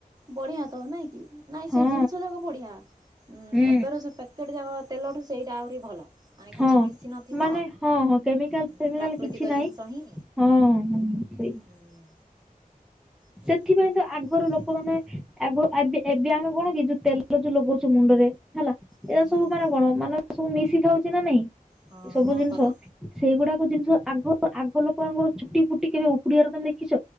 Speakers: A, on the right (about 25°); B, in the centre.
A: ବଢିଆ ତ ନାଇଁ କି? ନାଇଁ
B: ହଁ
A: ସେ ଜିନିଷ ଯାକ ପଢିଆ। ଉୁଁ
B: ହୁଁ
A: ଏବେ ର ସେ ପ୍ୟାକେଟ ଯାକ ତେଲଠୁ ସେଇଟା ଆହୁରି ଭଲ। ମାନେ
B: ହଁ
A: କିଛି ମିଶି ନଥିବ
B: ମାନେ ହଁ ହଁ କେମିକାଲ
A: ଉଁ
B: କେମିକାଲ
A: ପ୍ରାକୃତିକ
B: କିଛି ନାଇଁ
A: ଜିନିଷ ହିଁ
B: ହଁ ହଁ ସେଇ
A: ହୁଁ ଠିକ୍
B: ସେଥିପାଇଁ ତ ଆଗରୁ
A: ସେଇଆ
B: ଲୋକମାନୋନେ
A: ବଢ଼ିଆ
B: ଆଗ ଏବେ ଏବେ ଆମେ କଣ କି ଯୋଉ ତେଲ ଯୋଉ ଲଗଉଛ ମୁଣ୍ଡରେ ଏଇଟା
A: ହୁଁ
B: ସବୁ ମାନେ କଣ ମାନେ? ସବୁ ମିଶିଥାଉଛି ନା ନାଇଁ।
A: ହଁ
B: ଏ ସବୁ
A: ହଁ
B: ଜିନିଷ
A: ପରା
B: ସେଇଗୁଡାକ ଜିନିଷ ଆଗ ଆଗ ଲୋକଙ୍କର ଚୁଟି ଫୁଟି କେବେ ଉପୁଡିଆରେ ତମେ ଦେଖିଛ।